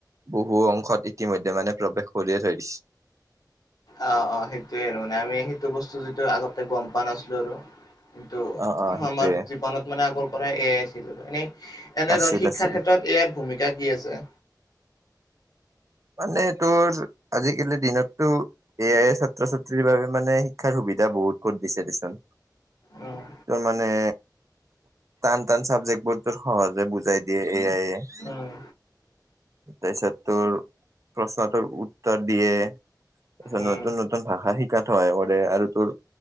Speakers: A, on the right; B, on the left.
A: বহুত ভু অংশত ইতিমধ্যে মানে প্ৰৱেশ কৰিয়ে থৈ দিছে।
B: অ', অ' সেইটোয়ে আৰু মানে আমি সেইটো বস্তু যিটো আগতে গম পোৱা নাছিলোঁ আৰু। কিন্তু
A: অ', অ', সেইটোয়ে
B: আমাৰ জীৱনত মানে আগৰ পৰাই এয়াই আছিল এনে এনেদৰে
A: আছিল
B: শিক্ষাৰ
A: আছিল
B: ক্ষেত্ৰত এয়াৰ ভূমিকা কি আছে?
A: মানে তোৰ আজিকালি দিনত তো এয়াই ছাত্ৰ ছাত্ৰীৰ বাবে মানে শিক্ষাৰ সুবিধা সুবিধা বহুত কৰি দিছে দেচোন
B: উম
A: তাৰ মানে টান টান চাবজেক্ট বোৰতো সহজে বুজাই দিয়ে। এয়াইয়ে তাৰপিছত
B: উম
A: তোৰ প্ৰশ্নটোৰ উত্তৰ দিয়ে তাৰপিছত
B: উম
A: নতুন নতুন ভাষা শিকাট হয়। আৰু তোৰ